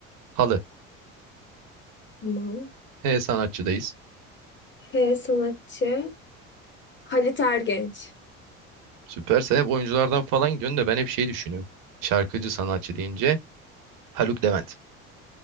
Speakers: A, on the right; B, on the left.
A: Halı.
B: Tamam.
A: H sanatçıdayız.
B: H sanatçı. Halit Ergenç.
A: Süper. Sen hep oyunculardan falan gidiyorsun da ben hep şey düşünüyorum. Şarkıcı sanatçı deyince Haluk Levent.